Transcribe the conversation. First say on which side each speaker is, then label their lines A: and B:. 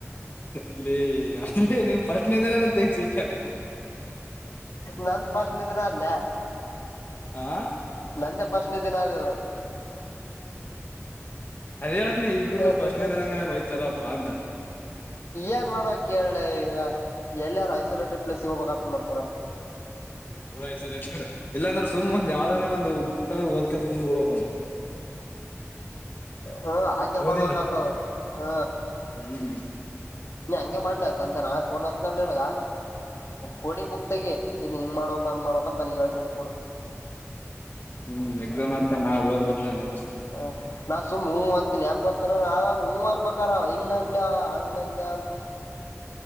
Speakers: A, on the left; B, on the left.
A: ಇಲ್ಲ ಅ್ರೆ ನೀನ್ ಪ್ರಶ್ನೆದ ನಾನ ತಂಗ ಸತ
B: ನನ್ ಪ್ರಶಣ ಇದನ ಅಲ್ಲ
A: ಆಾಂ
B: ನಂದೇ ಫಸ್ನ ದಿನ ಅದು
A: ಅದೇ ಆತ್ ನೀ ಇಬರ್ದು
B: ಅದು
A: ಪ್ರಶ್ನೆ ದಿನ ಹಯ್ತಾರಪ್ಪಾ ಅಂತ
B: ಏನ್ ಮಾಡುವ ಕೇಳೆ ಈಗ ಎಲ್ಲಾರು ಐಸೋಲೇಟೆಡ್ ಪ್ಲೇಸ್ಗೆ ಹೋಗ್ಬೇಕತದ ನ ಪೂರ
A: ಪುರ ಆ್ತ ಇಲ್ಲ ಅಂದ್ರ ಸುಮ್ ಒ್ ಯಾವ್ದನ ಒಂದು ಬುಕ್ ತಗದ ದ್ಕ ಅಂತ ಕುಂದ್ಡ್ಡಬೇಕು ನ
B: ಹ್ಮ್ ಹಾಗಗೆ
A: ಹೌದಿಲ್ಲ
B: ಮಾಡ್ಬೇಕಕ್ ಆತದ ಹ್ಮ
A: ಹ್ಮ್
B: ನೀ ಹಂಗೆ ಮಾಡ್ಲ ಸಂಂತೆ ನಾಳೆ ಫೋನ್ ಹಸನನಗ ಕೋಡಿಂಗ್ ಬುಕ್ಸ್ ತೆಗಿ ಇದು ಹಂಗ್ ಮಾಡಕ ಹಂಗ ಮಾಡಕ ಅಂತ ನನ್ ಯಾವ ಕ ಕೊಡು
A: ಹ್ಮ್ ಎಕ್ಸಾಮ್ ಅತ ನ ಓದ್ಬೇಕಕ್ ನಾ ಇನ್ನ
B: ಹ ನಾನ್ ಸುಮ್ಮ್ ಹೂವ ಅಂತೀನಿ ಯಾಗ್ ಗೊತ್ತತಾನ ಆಾಗ ಹೂವ ಅನ್ಬೇಕಾರ ಹಿಂಗ ಅಲ್ಲಾ ಅಂಗಲ್ಲ